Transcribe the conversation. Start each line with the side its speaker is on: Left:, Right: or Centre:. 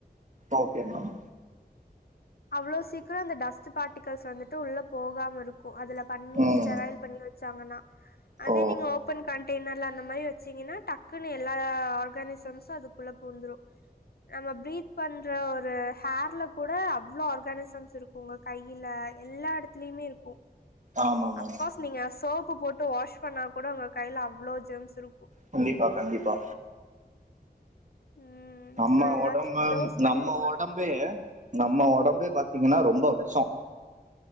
Right: ஓகே மேம்
Left: அவ்ளோ சீக்கிரம் அந்த டஸ்ட் பார்ட்டிகல்ஸ் வந்துட்டு உள்ள போகாம இருக்கு அதுல பண்ணி
Right: ம்
Left: ஸெராயல் பண்ணி வச்சு வச்சாங்கனா அதே
Right: ஓ
Left: நீங்க ஓபன் க இன்னேர் ல வச்சிக்கிங்கன்னா டக்குனு எல அரக்கனைஷம் அதுக்குள்ள பூந்துடு நம்ப பிரித் பன்ற ஒரு ஹர்ல கூட இவ்வளோ ஆர்கானிசம்ஸ் இருக்கு உங்க கையில எல்லா இடத்துலயுமே இருக்கு
Right: ஆமா மேம்
Left: அஃப்கோர்ஸ் நீங்க அஸ் போட்டு வாஷ் பண்ணா கூட உங்க கையில அவ்வளவு ஜெம்ஸ் இருக்கும்
Right: கண்டிப்பா கண்டிப்பா
Left: ம்.
Right: நம்ம
Left: ஸோ எல்லாத்தையும்
Right: உடம்பு
Left: க்ளோஸ் பண்ணி
Right: நம்ம
Left: வைக்கணும்.
Right: உடம்பே நம்ம உடம்பே பாத்தீங்கன்னா ரொம்ப விஷம்